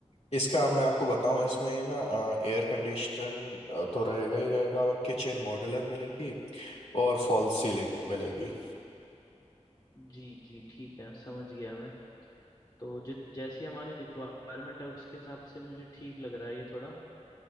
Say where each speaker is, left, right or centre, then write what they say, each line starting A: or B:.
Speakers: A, on the left; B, on the left.
A: इसका आप मैं आपको
B: तो
A: बताऊं इसमें ना एयर कंडीशन तो रहेगा ही रहेगा किचन मॉड्यूलर मिलेगी और फॉल्स सीलिंग मिलेगी
B: जी जी ठीक है समझ गया मैं तो जित जैसी हमारी रिक्वायरमेंट है उसके हिसाब से मुझे ठीक लग रहा है ये थोड़ा